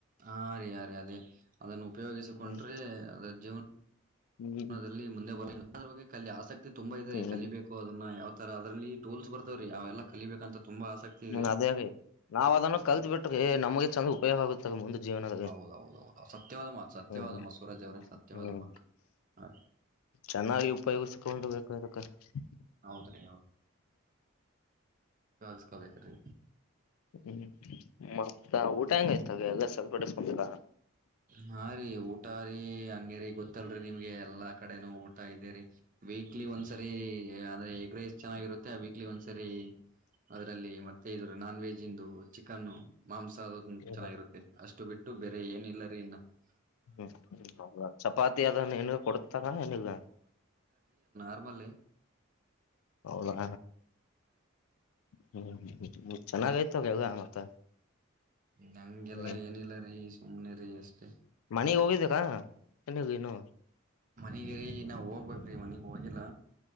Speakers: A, on the right; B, on the left.
A: ಹಾ ರರಿ ಆ ರೀ ಅದೇ ಅದನ್ನು ಉಪಯೋಗಿಸಿಕೊಂಡ್ರೆ
B: ಹ್ಮ್
A: ಅದರ ಜೀವನ
B: ಹ್ಮ್
A: ದಲ್ಲಿ ಮುಂದೆ ಬರದ್ರ ಬಗ್ ಕಲ್ಲಿ ಆಸಕ್ತಿ ತುಂಬಾ ಇದದೆರಿ
B: ಹ್ಮ್
A: ಕಲಿ ಬಬೇಕು ಅದನ್ನ ಯಾವ ತರ ಅದ್ರಲ್ಲಿ ಟೋಲ್ಸ್ ಬರ್ತಾವ ರೀ ಯಾವೆಲ್ಲ ಕಲಿಬೇಕಂತ ತುಂಬಾ ಆಸಕ್ತಿ ಇದೆ
B: ಹ್ಮ್ ಅದೇ ನಾವ್ ಅದನ್ನು
A: ಹ್ಮ್
B: ಕಲ್ತ್ ಬಿಟ್ಟು ನಮಗೆ ಚಂದ ಉಪಯೋಗ ಆಗುತ್ತವೆ ಮುಂದ ಜೀವನದ
A: ಹೌದೌದೌದು ಸತ್ಯವಾದ ಮಾತು ಸತ್ಯವಾದ
B: ಹ್ಮ್
A: ಮಾತು ಸೂರಜ್ ಅವ್ರ ಸತ್ಯವಾದ
B: ಹ್ಮ್
A: ಮಾತು ಹ
B: ಚೆನ್ನಾಗಿ ಉಪಯೋಗಿಸಕೊಂಡ ದ <unintelligible>
A: ಹೌದ್ರಿ ಕಸ್ಕೋಬೇಕ್ರೀ
B: ಹ್ಮ್ ಮತ್ತ ಊಟ ಹೆಂಗ ಆಯ್ತದೆ ಎಲ್ಲ ಸಪಡಸ್ಕೊಂಡಾ
A: ಹಾ ರೀ ಹೂ ಊಟ ರೀ ಹಂಗೇರಿ ಗೊತ್ತಲ್ರರಿ ನಿಮಗೆ ಎಲ್ಲಾ ಕಡೆನುೂ ಊಟ ಇದೇರಿ ವೀಕ್ಲಿ ಒಂದ್ಸರಿ ಅಂದ್ರೆ ಎಗ್ ರೈಸ್ ಚೆನ್ನಾಗಿರುತ್ತೆ ವೀಕ್ಲಿ ಒಂದ್ಸರಿ ಅದ್ರಲ್ಲಿ ಮತ್ತೆ ಇ ನಾನ್ ವೆಜ್ ಇಂದು ಚಿಕನ್ ಮಾಂಸ ಅದು
B: ಹ್ಮ್
A: ಚೆನ್ನಾಗಿರುತ್ತೆ ಅಷ್ಟು ಬಿಟ್ಟು ಬೇರೆ ಏನಿಲ್ಲ. ಸ.
B: ಹ್ಮ್ ಚಪಾತಿ ಅದನ್ನುನಗೆ ಕೊಡ್ತಾರ ಹೆನಗ.
A: ತಮಲೆ.
B: ಹೌದಾ. ಹ್ಮ್ ಚೆನ್ನಾಗ ಆಯ್ತವ ಯಾಗ ಮತ್ತ.
A: ನಂಗೆಲ್ಲಾ
B: ಹ್ಮ್
A: ಏನಿಲ್ಲ ರೀ ಸುಮ್ನೆ. ರೆಷ್ಟತ.
B: ಮನೆಗ್ ಹೋಗಿದ್ದಕ್ಕನಗ ನು.
A: ಮನಗಿರಿೀ ನಾವ್ ಹೋಗ್ಬೇಕ್ರಿ ಮನಗ್. ಹೋಗಿಲ್ಲ